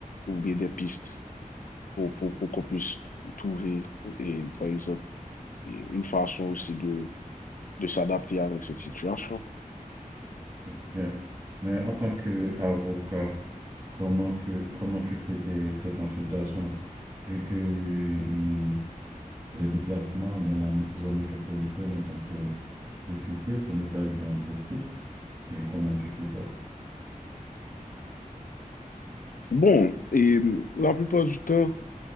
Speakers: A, on the left; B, on the right.
A: ou bien des pistes pour, pour, pour qu'on puisse trouver, et, par exemple, et une façon aussi de, de s'adapter avec cette situation.
B: Ok, Bien. Mais en tant qu'avocat, comment que comment tu fais tes, tes consultations, vu que euh, le déplacement dans la mé- zone métropolitaine est un peu difficile, pour ne pas dire impossible. Et comment tu fais ça?
A: Bon, et hum, la plupart du temps